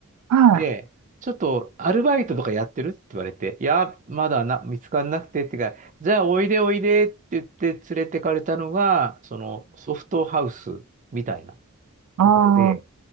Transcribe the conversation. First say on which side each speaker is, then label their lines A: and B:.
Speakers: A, on the right; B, on the right.
A: はい。
B: で、ちょっとアルバイトとかやってるって言われて、いや、まだな、見つからなくてって言うから、じゃあおいでおいでって言って連れてかれたのが、そのソフトハウスみたいなところで、
A: ああ、